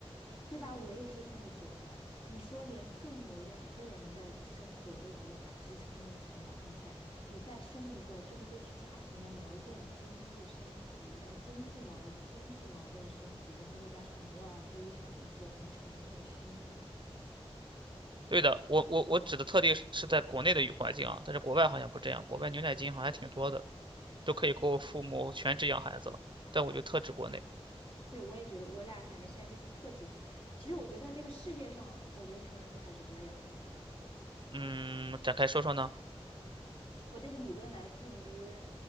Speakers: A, on the left (about 65°); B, on the right (about 50°).
A: 对吧？我也是这么觉得。你说连父母两个人的生活都无法支撑的情况下，你再生一个，这不就是家庭的矛盾、经济升级，呃，经济矛经济矛盾升级，然后再加上你又要背上一个很沉重的生命。
B: 对的，我我我指的特例是是在国内的语环境啊，但是国外好像不这样，国外牛奶金好像还挺多的，都可以给我父母全职养孩子了，但我就特指国内。
A: 对，我也觉得，我俩反正现在就是特指国内。其实我觉得在这个世界上，我觉得穷人都还是不要养孩子了。
B: 嗯，展开说说呢？
A: 我的理论来自于